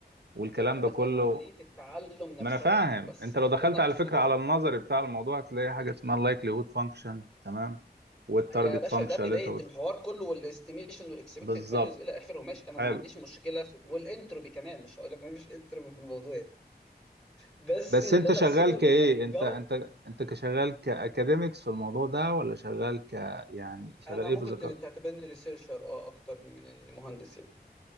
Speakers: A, on the right; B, in the centre.
A: والكلام
B: أيوة، أيوة، داخله
A: ده كله
B: في عمليه التعلم نفسها
A: ما انا فاهم
B: بس
A: انت
B: اللي
A: لو دخلت
B: انا اقصده
A: على فكرة على النظري بتاع الموضوع هتلاقي حاجة اسمها likelihood function تمام والتارجت
B: يا باشا
A: function
B: ده بدايه
A: اللي انت قلت-
B: الحوار كله والاستيميشن والاكسبكتد
A: بالظبط
B: فاليوز الى اخره ماشي انا ما
A: حلو
B: عنديش مشكله في والانتروبي كمان مش هقول لك ما فيش انتروبي في الموضوع بس
A: بس
B: اللي
A: انت
B: انا
A: شغال
B: اقصده
A: كايه
B: ان الجو
A: انت انت انت كشغال كاكاديميكس في الموضوع ده ولا شغال ك يعني شغال
B: انا ممكن
A: ايه في الذكاء
B: ت- تعتبرني ريسيرشر اه اكتر من إني مهندس يعني